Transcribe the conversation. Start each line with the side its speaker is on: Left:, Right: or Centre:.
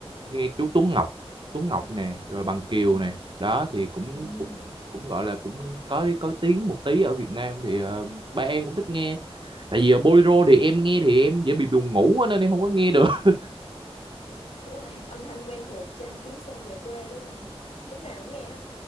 Right: nghe chú Tuấn Ngọc Tuấn Ngọc nè rồi Bằng Kiều
Left: Ừ.
Right: nè đó thì cũng
Left: ừ.
Right: cũng cũng gọi là cũng có có tiếng một tí ở Việt Nam thì ờ, ba em cũng thích nghe tại vì ở bolero thì em nghe thì em dễ bị buồn ngủ á, nên em không có nghe được <laughs>
Left: đúng rồi âm thanh quen thuộc trên chuyến xe về quê đúng không <laughs> lúc nào cũng nghe